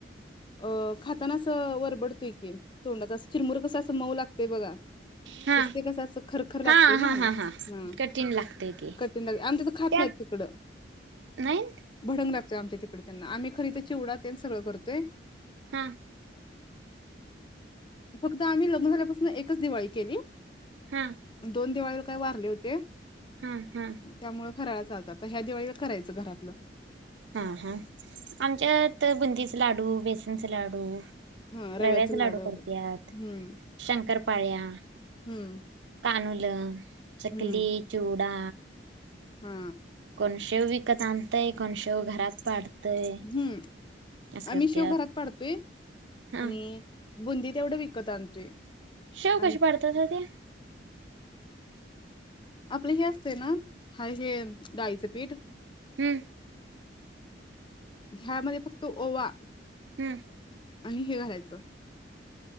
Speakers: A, on the left (about 25°); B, on the right (about 80°).
A: अ खाताना असं वरबडतो इ की तोंडाचा अस चिरमुर कसं असं मऊ लागतेय बघा.
B: हा
A: तस ते कसं अस खरखर
B: हा
A: लागते
B: हा
A: ना
B: हा हा
A: ह
B: कठीण लागतय ते
A: कठीण लागते आमच्या तर खात
B: त्यात
A: नाही. तिकड
B: नाही
A: भडंग आमच्या तिकडे त्यांना आम्ही खरी तर चिवडा त्यां सगंळ करतोय.
B: हा.
A: फक्त आम्ही लग्न झाल्यापासून एकच दिवाळी केली.
B: हा
A: दोन दिवाळीला काही वारले होते
B: हा हा
A: त्यामुळे फराळा चालत ह्या दिवाळीला करायचं घरातलं.
B: हा हा आमच्यात बुंदीचे लाडू बेसनचे लाडू
A: हा रव्याचं
B: रव्याचे लाडू करत्यात
A: हम्म
B: शंकरपाळ्या
A: हम्म.
B: कानुलं चकली,
A: हम्म
B: चिवडा
A: हा
B: को शेव विकत आणतय कोण शेव घरात पाडतय.
A: हम्म
B: असं
A: आम्ही
B: करत्यात
A: शेव घरात पाडतोय
B: हा
A: आणि बुंदी तेवढं विकत आणतोय.
B: शेव
A: आणि
B: कशी पाडतात हो ते?
A: आपले हे असते ना हा हे डाळीचे पीठ
B: हम्म.
A: ह्यामध्ये फक्त ओवा
B: हम्म
A: आणि हे घालायचं